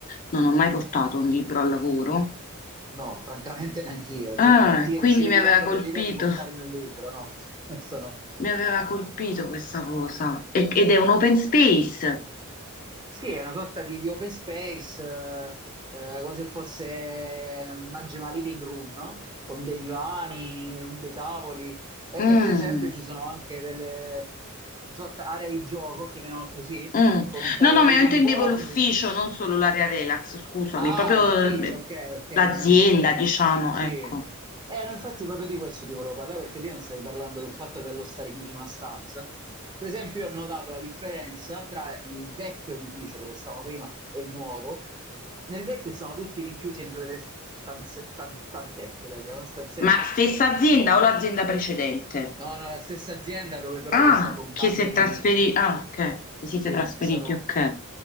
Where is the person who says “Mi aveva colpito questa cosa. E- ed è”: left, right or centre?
Left